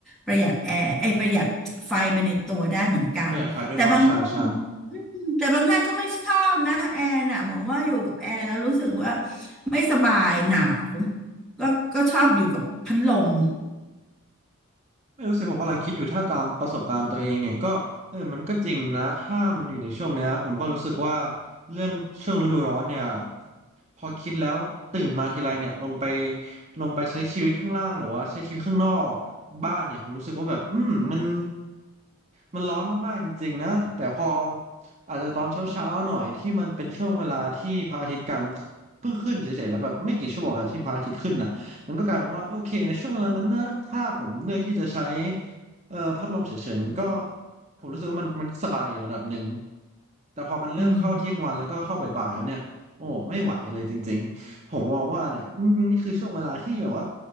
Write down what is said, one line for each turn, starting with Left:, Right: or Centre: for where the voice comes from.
Centre: ประหยัดแอร์ไอยประหยัดไฟไปในตัวได้เหมือนกันแต่บางช่วง
Right: ประหยัดไฟด้วยเนาะใช่ใช่
Centre: แต่บางท่านก็ไม่ชอบนะแอร์น่ะบอกว่าอยู่กับแอร์แล้วรู้สึกว่าไม่สบายหนาวก็ก็ชอบอยู่กับพัดลม
Right: ไม่รู้สิผมกำลังคิดอยู่ถ้าตามประสบการณ์ตัวเองเนี่ยก็เออมันก็จริงนะถ้ามันอยู่ในช่วงเนี้ยผมก็รู้สึกว่าเรื่องช่วงฤดูร้อนเนี่ย พอคิดแล้วตื่นมาทีไรเนี่ยลงไปลงไปใช้ชีวิตข้างล่างหรือว่าใช้ชีวิตข้างนอกบ้านเนี่ยผมรู้สึกว่าแบบอืมมันมันร้อนมากๆจริงๆนะแต่พออาจจะตอนเช้าๆหน่อยที่มันเป็นช่วงเวลาที่พระอาทิตย์กลางเพิ่งขึ้นเฉยๆแล้วแบบไม่กี่ชั่วโมงแล้วที่พระอาทิตย์ขึ้นน่ะมันก็กลายเป็นว่าโอเคในช่วงเวลานั้นนะถ้าผมเลือกที่จะใช้เอ่อพัดลมเฉยๆมันก็ผมรู้สึกว่ามันมันสบายอยู่ระดับหนึ่งแต่พอมันเริ่มเข้าเที่ยงวันแล้วก็เข้าบ่ายๆแล้วเนี่ย
Centre: อืม
Right: โอ้ไม่ไหวเลยจริงๆผมมองว่าเนี่ยอืมนี่คือช่วงเวลาที่แบบว่า